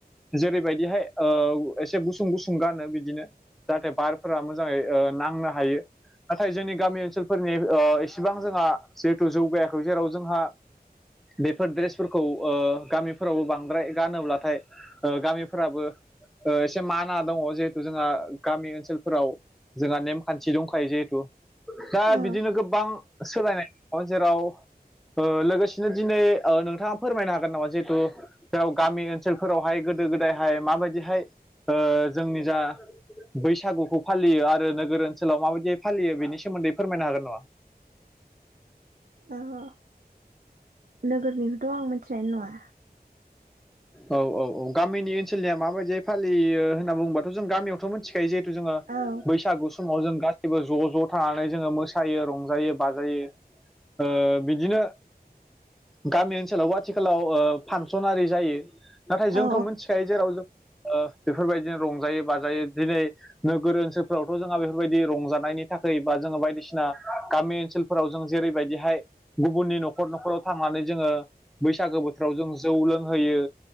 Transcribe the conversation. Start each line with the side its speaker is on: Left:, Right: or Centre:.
Centre: जेरै बायदिहाय ओ एसे गुसुं गुसुं गानो बिदिनो जाहाथे बारफोरा मोजाङै ओ नांनो हायो। नाथाय जोंनि गामि ओनसोलफोरनि ओ एसेबां जोंहा जिहेथु जौगायाखै जेराव जोंहा बेफोर ड्रेसफोरखौ ओ गामिफोरावबो बांद्राय गानोब्लाथाय। ओ गामिफोराबो ओ एसे माना दङ 'जिहेथु जोंहा गामि ओनसोलफोराव जोंहा नेमखान्थि दंखायो जिहेथु। दा
Right: औ
Centre: बिदिनो गोबां सोलायनाय जेराव ओ लोगोसेनो दिनै ओ नोंथाङा फोरमायनो हागोन नामा जिहेथु जेराव गामि ओनसोलफोरावहाय गोदो गोदायहाय माबायदिहाय ओ जोंनि जा बैसागुखौ फालियो आरो नोगोर ओनसोलाव माबायदियै फालियो बेनि सोमोन्दै फोरमायनो हागोन नामा?
Right: ओ नोगोरनिखौथ' आं मोनथिनायानो नङा।
Centre: औ औ औ गामिनि ओनसोलनिया माबायदियै फालियो होनना बुङोबाथ' जों गामियावथ' मोन थिखायो जिहेथु जोङो
Right: औ
Centre: बैसागु समाव जों गासिबो ज' ज' थानानै जोङो मोसायो रंजायो बाजायो। ओ बिदिनो गामि ओनसोलावबो आथिखालाव ओ फांसन आरि जायो। नाथाय जोंथ'
Right: औ
Centre: मिथिखायो जेराव जों ओ बेफोरबायदिनो रंजायो बाजायो दिनै नोगोर ओनसोलफ्रावथ' जोंहा बेफोरबायदि रंजानायनि थाखाय बा जोङो बायदिसिना गामि ओनसोल फोराव जों जेरैबायदिहाय गुबुननि न'खर न'खराव थांनानै जोङो बैसागो बोथोराव जों जौ लोंहोयो